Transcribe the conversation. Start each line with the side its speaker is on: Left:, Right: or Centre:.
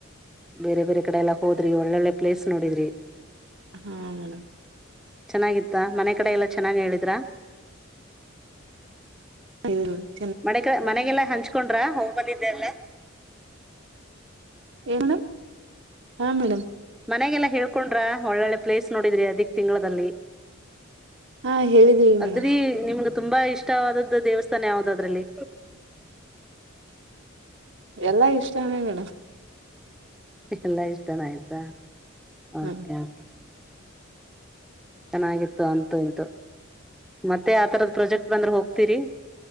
Centre: ಬೇರೆ ಬೇರೆ ಕಡೆ ಎಲ್ಲ ಹೋದ್ರಿ ಒಳ್ಳೊಳ್ಳೆ ಪ್ಲೇಸ್ ನೋಡಿದ್ರಿ
Right: ಹಾ ಮೇಡಮ್
Centre: ಚೆನ್ನಾಗಿತ್ತ ಮನೆ ಕಡೆ ಎಲ್ಲಾ ಚೆನ್ನಾಗಿ ಹೇಳಿದ್ರ
Right: ಹೌದುೌದು
Centre: ಮ ಮನೆಗೆಲ್ಲಾ ಹಂಚ್ಕೊಂಡ್ರ ಬಂದಿದ್ದೆ ಅಲ್ಲ
Right: ಏ ಮೇಡ್ ಹಾ ಮೇಡ್
Centre: ಮನೆಗೆಲ್ಲಾ ಹೇಳ್ಕೊಂಡ್ರ ಒಳ್ಳೊಳ್ಳೆ ಪ್ಲೇಸ್ ನೋಡಿದ್ರಿ ಅದಿಕ್ ತಿಂಗಳದಲ್ಲಿ
Right: ಹಾ ಹೇಳಿದ್ವಿ
Centre: ಅಗ್ರಿ
Right: ಮೇಡಮ್
Centre: ನಿಮ್ಗೆ ತುಂಬಾ ಇಷ್ಟವಾದದ್ದ ದೇವಸ್ಥಾನ ಯಾವ್ದದು ಅದ್ರಲ್ಲಿ
Right: ಎಲ್ಲಾ ಇಷ್ಟಾನ ಮೇಡಮ್
Centre: ಲ್ಲಾ ಇಷ್ಟನ ಆಯ್ತಾ ಓಕೆ
Right: ಹಾ
Centre: ಕೆ ಚೆನ್ನಾಗಿತ್ತು ಅಂತು ಎಂತು ಮತ್ತೆ ಆಾವತರದ ಪ್ರೊಾಜೆಕ್ಟ್ ಬಂದ್ರೆ ಹೋಗ್ತೀರಿ